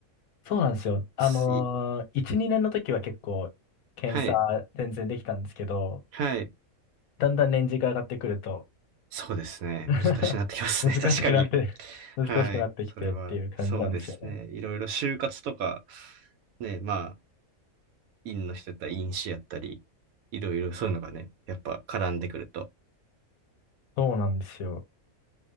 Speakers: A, on the left (about 70°); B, on the right (about 75°).
A: そうなんですよ。あのー、
B: すい、
A: 1、2年の時は結構検査全然できたんですけど、
B: はい、はい。
A: だんだん年次が上がってくると
B: そうですね。
A: <laughs>
B: 難しいなってきますね。
A: 難しくなって、
B: <laughs> 確かに。
A: <laughs> 難しくなってきてっていう感じなんですよね。
B: はい。それは、そうですね。いろいろ就活とか、ね、まあ、院の人やったら院士やったり、いろいろそういうのがね、やっぱ絡んでくると。
A: そうなんですよ。